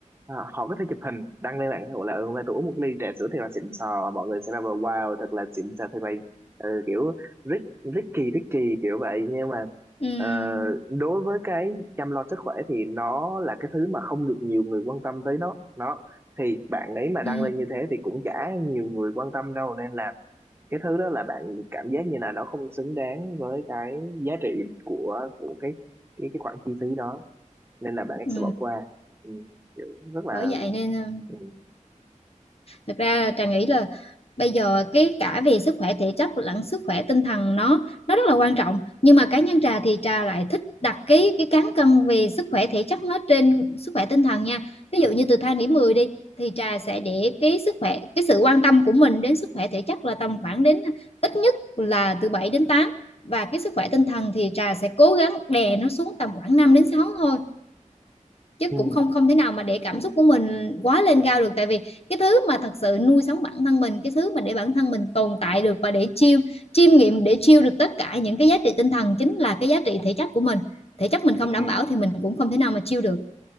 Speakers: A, on the right; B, on the left.
A: à, họ có thể chụp hình đăng lên mạng xã hội là ừ, hôm nay tôi uống một ly trà sữa thiệt là xịn sò mọi người sẽ bảo là, wow thật là xịn sò thật là ừ, kiểu rich Ricky Ricky kiểu vậy nhưng mà
B: ừ,
A: ờ, đối với cái chăm lo sức khỏe thì nó là cái thứ mà không được nhiều người quan tâm tới nó, nó thì bạn ấy mà đăng
B: ừ,
A: lên như thế thì cũng chả nhiều người quan tâm đâu nên là cái thứ đó là bạn cảm giác như là nó không xứng đáng với cái giá trị của của cái cái cái khoản chi phí đó nên là bạn ấy
B: ừ.
A: sẽ bỏ qua ừ, kiểu rất là
B: bởi vậy nên ờ,
A: ừ,
B: Thực ra Trà nghĩ là bây giờ cái cả về sức khỏe thể chất lẫn sức khỏe tinh thần nó nó rất là quan trọng nhưng mà cá nhân Trà thì Trà lại thích đặt cái cái cán cân về sức khỏe thể chất nó trên sức khỏe tinh thần nha ví dụ như từ thang điểm 10 đi thì Trà sẽ để cái sức khỏe cái sự quan tâm của mình đến sức khỏe thể chất là tầm khoảng đến ít nhất là từ bảy đến tám và cái sức khỏe tinh thần thì Trà sẽ cố gắng đè nó xuống tầm khoảng 5 đến 6 thôi chứ
A: ừ,
B: cũng không không thể nào mà để cảm xúc của mình quá lên cao được tại vì cái thứ mà thật sự nuôi sống bản thân mình cái thứ mà để bản thân mình tồn tại được và để chiêu chiêm nghiệm để chiêu được tất cả những cái giá trị tinh thần chính là cái giá trị thể chất của mình thể chất mình không
A: ừ,
B: đảm bảo thì mình cũng không thể nào mà chiêu được